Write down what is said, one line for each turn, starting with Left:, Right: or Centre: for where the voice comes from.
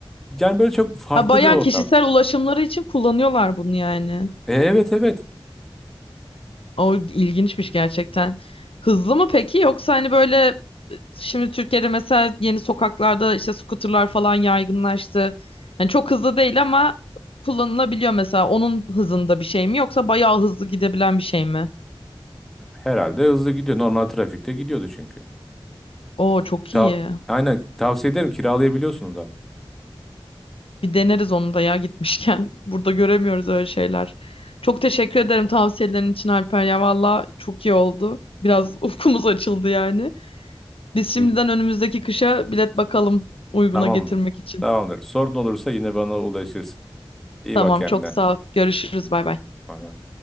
Centre: Yani böyle çok farklı
Left: Ha, bayağı
Centre: bir ortam.
Left: kişisel ulaşımları için kullanıyorlar bunu yani.
Centre: E, evet evet.
Left: O ilginçmiş gerçekten. Hızlı mı peki yoksa hani böyle şimdi Türkiye'de mesela yeni sokaklarda işte scooterlar falan yaygınlaştı. Yani çok hızlı değil ama kullanılabiliyor mesela. Onun hızında bir şey mi yoksa bayağı hızlı gidebilen bir şey mi?
Centre: Herhalde hızlı gidiyor. Normal trafikte gidiyordu çünkü.
Left: Oo çok
Centre: Ta
Left: iyi.
Centre: Aynen tavsiye ederim kiralayabiliyorsunuz da.
Left: Bir deneriz onu da ya gitmişken. <laughs> Burada göremiyoruz öyle şeyler. Çok teşekkür ederim tavsiyelerin için Alper ya. Valla çok iyi oldu. Biraz <laughs> ufkumuz açıldı yani. Biz şimdiden
Centre: E,
Left: önümüzdeki kışa bilet bakalım uyguna
Centre: Tamamdır.
Left: getirmek için.
Centre: Tamamdır. Sorun olursa yine bana ulaşırsın. İyi
Left: Tamam
Centre: bak kendine.
Left: çok sağ ol. Görüşürüz bay bay.
Centre: Bay bay.